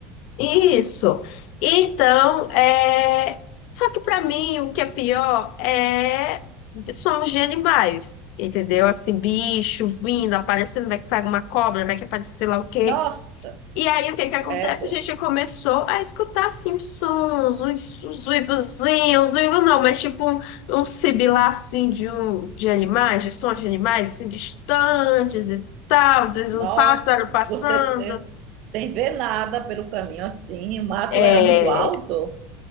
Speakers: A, on the left (about 65°); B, on the right (about 55°).
A: Isso. Então, é... só que para mim o que é pior é são os de animais, entendeu? Assim, bicho vindo, aparecendo, vai que pega uma cobra, vai que aparece sei lá o quê.
B: Nossa,
A: E aí o que que acontece?
B: credo.
A: A gente começou a escutar assim os sons, os, os uivozinhos, os uivos não, mas tipo um, um sibilar assim de, um, de animais, de sons de animais assim distantes e tal, às vezes
B: Nossa,
A: um pássaro passando.
B: se você se- sem ver nada pelo caminho assim, o mato
A: É,
B: era muito alto?